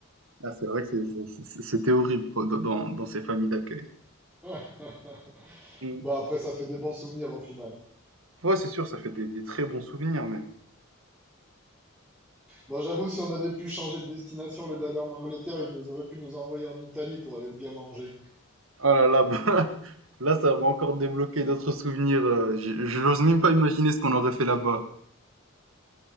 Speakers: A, on the right (about 70°); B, in the centre.
A: Ah, c'est vrai que c'est- c'est- c'est- c'était horrible quoi, dans, dans- dans ces familles d'accueil.
B: <laughs>
A: Mm.
B: Bah après, ça fait des bons souvenirs au final.
A: Ouais, c'est sûr, ça fait des, des très bons souvenirs, mais...
B: Bon, j'avoue, si on avait pu changer de destination, le d'aller en Angleterre, ils nous auraient pu nous envoyer en Italie pour aller bien manger.
A: Oh là là, bah, <laughs> là, ça va encore débloquer d'autres souvenirs. euh, j'- J'ose même pas imaginer ce qu'on aurait fait là-bas.